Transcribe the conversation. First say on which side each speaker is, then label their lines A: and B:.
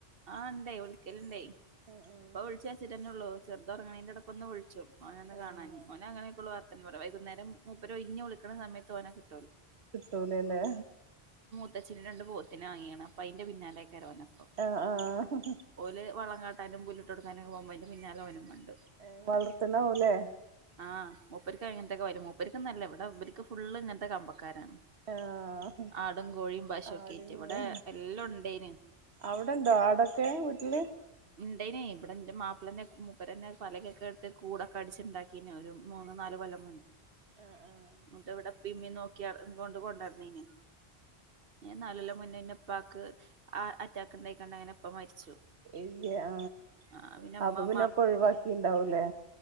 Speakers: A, on the right; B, on the right.
A: ആ <unintelligible>
B: ആ അഹ്
A: ഇപ്പൊ വിളിച്ചാ വച്ചിട്ടന്നെ ഉള്ളൂ. ചെറുതൊറങ്ങണേന്റെടക്കൊന്ന് വിളിച്ചും. ഓനൊന്ന്
B: ആഹ്
A: കാണാന് ഓന് അങ്ങനെ ക്കെയുള്ളൂ ത്തൻ കൊറവാ. വൈകുന്നേരം മൂപ്പര് ഒഴിഞ്ഞ് വിളിക്കണ സമത്ത് ഓനെ കിട്ട്
B: കിട്ടൂലല്ലേ.
A: ത്തച്ഛന് രണ്ട് പോത്തിനെ വാങ്ങിയേണ്. അപ്പൊ അയിന്റെ പിന്നാലെ ഒക്കെ ഓട്ടം അപ്പം.
B: ആഹ് ആഹ്
A: ഓല് വളങ്ങാ ങ്ങാനും പുല്ലിട്ടു കൊടുക്കാനും ഒക്കെ പോവുമ്പേ അതിൻ്റെ പിന്നാലെ ഓനും വന്ന്
B: ഏ വളർത്തണാവൂലേ
A: ആഹ് മൂപ്പർക്ക് അങ്ങനത്തക്കെ വരും. മൂപ്പർക്കുന്നല്ല ഇവിടെ ഇവരക്ക് ഫുള്ള് ഇങ്ങനത്തെ കമ്പാ ആൾക്കാരാണ്
B: ആഹ്
A: ആടും കോഴിയും പശു
B: ആടിനെ
A: ഒക്കെ ആയിട്ട് ഇവിടെ എല്ലാം ഉണ്ടേന്
B: അവിടെണ്ടോ ആടൊക്കെ വീട്ടില്
A: ഇണ്ടേയ്നി ഇവിടെന്റെ മാപ്പിളന്റെ മൂപ്പരന്നെ പലക ഒക്കെ ഇട്ട് കൂടൊക്കെ അടിച്ചുണ്ടാക്കിന് ഒരു മൂന്ന് നാല് കൊല്ലം
B: ആഹ് ആഹ്
A: ഇങ്ങോട്ട് ഇവിടെ പിമ്മി നോക്കിയണ്ടു കൊണ്ട് കൊണ്ടായിരുന്നീനി നാലു കൊല്ലംമുന്നേ ഉപ്പാക്ക് ആ അറ്റാക്ക് ഉണ്ടായി കണ്ട് അങ്ങനെ ഉപ്പാ മരിച്ചു.
B: <unintelligible> ആ
A: ആഹ്
B: അപ്പൊ
A: ഇമ്മ
B: പിന്നെ ഒക്കെ ഒഴിവാക്കിണ്ടാവൂല്ലേ